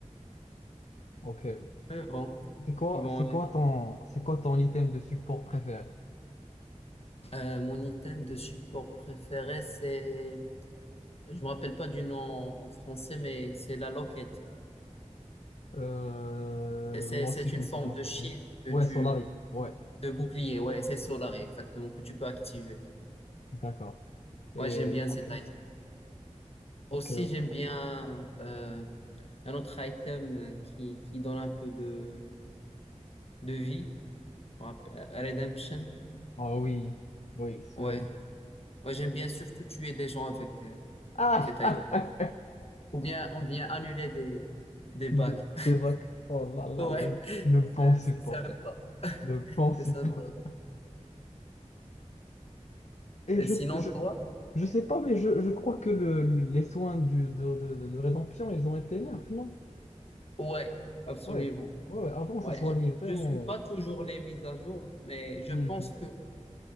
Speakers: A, on the left (about 65°); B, on the left (about 50°).
A: Ok.
B: Mais bon.
A: C'est quoi,
B: Bon,
A: c'est quoi ton, c'est quoi ton item de support préféré?
B: euh, mon item de support préféré, c'est. Je me rappelle pas du nom en français, mais c'est la loquette.
A: Euh,
B: C'est c'est-
A: moi
B: c'est
A: aussi, je
B: une
A: me
B: forme
A: souviens
B: de
A: pas
B: shield
A: du nom.
B: que
A: Ouais,
B: tu,
A: Solari. Ouais,
B: De bouclier, ouais, c'est Solary, exactement, que tu peux activer.
A: d'accord. Et,
B: Ouais, j'aime bien
A: ok,
B: cet item. Aussi,
A: ok, ok.
B: j'aime bien euh, un autre item euh, qui, qui donne un peu de, de vie. On rappelle- euh, Redemption.
A: Ah oui, oui, celui-là,
B: Ouais.
A: il est-
B: Ouais, j'aime bien surtout tuer des gens avec euh,
A: Ah!
B: cet item. Ou bien, ou bien annuler des,
A: <laughs>
B: des
A: De-
B: bacs. <laughs>
A: Des vagues. Oh là là
B: Ouais,
A: là, le
B: c'est
A: bon support.
B: c'est sympa.
A: Le bon support.
B: C'est sympa.
A: Et
B: Et
A: je,
B: sinon,
A: je,
B: toi?
A: Je sais pas, mais je, je crois que le, les soins du, de, de, de rédemption, ils ont été nerfs, non?
B: Ouais, absolument.
A: Ouais. Ouais, ouais, avant,
B: Ouais,
A: ça soignait
B: je,
A: vraiment.
B: je suis pas toujours les mises à jour, mais je
A: Mhm,
B: pense que. ouais,